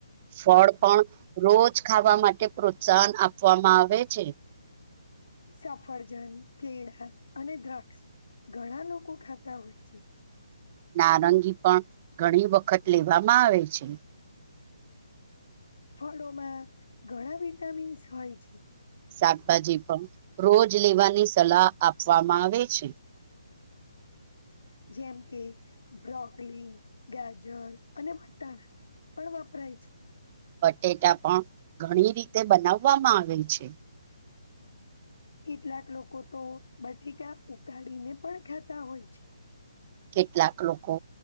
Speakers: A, on the right; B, on the left.
A: ફળ પણ રોજ ખાવા માટે પ્રોત્સાહન આપવામાં આવે છે
B: સફરજન કેળા અને દ્રાક્ષ ઘણા લોકો ખાતા હોય છે
A: નારંગી પણ ઘણી વખત લેવામાં આવે છે
B: ફળોમાં ઘણા વિટામિન્સ હોય છે.
A: શાકભાજી પણ રોજ લેવાની સલાહ આપવામાં આવે છે.
B: જેમ કે બ્રોકલી, ગાજર અને મટર પણ વાપરાય છે.
A: બટેટા પણ ઘણી રીતે બનાવામાં આવે છે.
B: કેટલાક લોકો તો બટેકા ઉકાડીને પણ ખાતા હોય છે.
A: કેટલાક લોકો